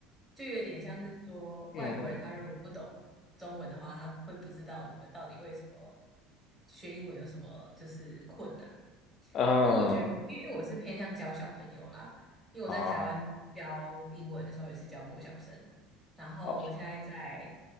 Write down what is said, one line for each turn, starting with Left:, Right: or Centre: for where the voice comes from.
Right: 就有点像是说，
Left: 嗯
Right: 外国人他如果不懂中文的话，他会不知道我们到底为什么学英文有什么就是困难。
Left: 嗯
Right: 不过我觉得，因为因为我是偏向教小朋友啦，因为我在台湾教英文的时候也是教国小生，
Left: 啊，
Right: 然后我现在在
Left: 老师